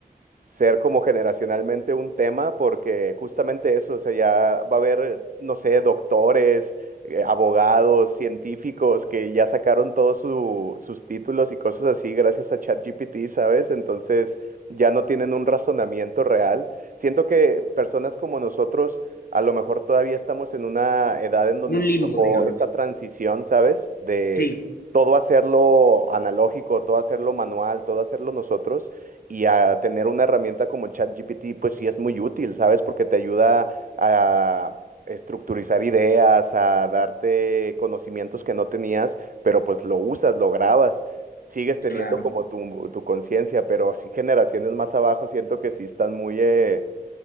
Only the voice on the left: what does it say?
Un
limbo,
digamos.
Sí,
claro.